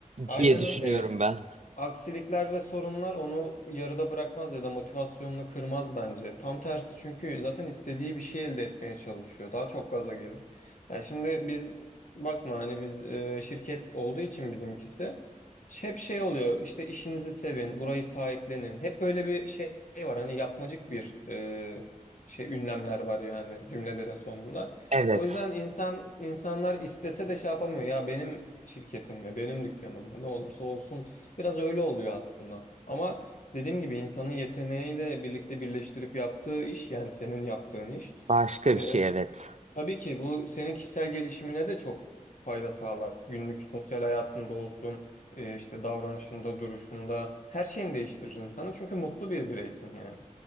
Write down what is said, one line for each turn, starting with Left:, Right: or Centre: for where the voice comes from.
Left: aynen
Right: diye düşünüyorum
Left: öyle.
Right: ben.
Left: Aksilikler ve sorunlar onu yarıda bırakmaz ya da motivasyonunu kırmaz bence. Tam tersi çünkü zaten istediği bir şey elde etmeye çalışıyor. Daha çok gaza gelir. Yani şimdi biz bakma hani biz e, şirket olduğu için bizimkisi ş- hep şey oluyor. İşte işinizi sevin, burayı sahiplenin. Hep böyle bir şey var. Hani yapmacık bir e, şey ünlemler var yani cümlelerin sonunda.
Right: Evet.
Left: O yüzden insan insanlar istese de şey yapamıyor. Ya benim şirketim mi, benim dükkanım mı ne olursa olsun Biraz öyle oluyor aslında. Ama dediğim gibi insanın yeteneğiyle birlikte birleştirip yaptığı iş yani senin yaptığın iş.
Right: Başka
Left: e,
Right: bir şey evet.
Left: tabii ki bu senin kişisel gelişimine de çok fayda sağlar. Günlük sosyal hayatında olsun, e, işte davranışında, duruşunda her şeyini değiştirir insanı. Çünkü mutlu bir bireysin yani.